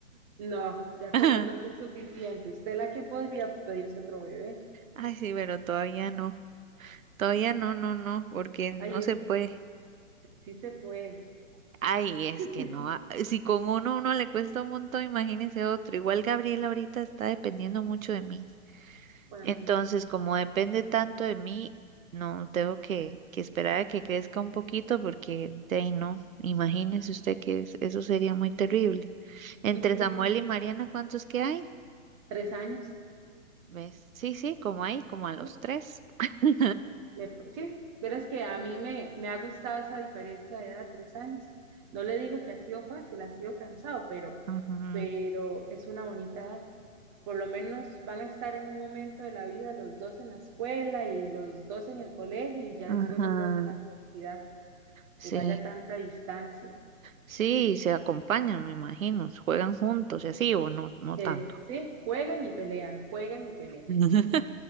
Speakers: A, on the right; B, on the right.
A: No, ya
B: <laughs>
A: con los dos es suficiente. Usted la que podría pedirse otro bebé.
B: Ay, sí, pero todavía no. Todavía no, no, no, porque no
A: Ay, es,
B: se puede.
A: sí se puede.
B: Ay, es
A: <laughs>
B: que no, ah, si con uno uno le cuesta un montón, imagínese otro. Igual Gabriela ahorita está dependiendo mucho de mí.
A: Bueno,
B: Entonces,
A: eso sí.
B: como depende tanto de mí, no tengo que, que esperar a que crezca un poquito porque de ahí no. Imagínese usted que es- eso sería muy terrible. Entre
A: ¿Y
B: Samuel y Mariana, ¿cuántos que hay?
A: tres años?
B: ¿Ves? Sí, sí, como ahí, como a los
A: Sí,
B: tres. <laughs>
A: sí. Me- sí, verás que a mí me, me ha gustado esa diferencia de edad, tres años. No le digo que ha sido fácil, ha sido cansado, pero,
B: Ajá,
A: pero es una bonita edad. por lo menos van a estar en un momento de la vida los dos en la escuela y los dos en el colegio y ya
B: ajá,
A: después los dos en la universidad
B: sí,
A: y no haya tanta distancia.
B: sí, se acompañan, me imagino, juegan juntos y así, o no, no tanto.
A: Eh, sí, juegan y pelean, juegan y pelean.
B: <laughs>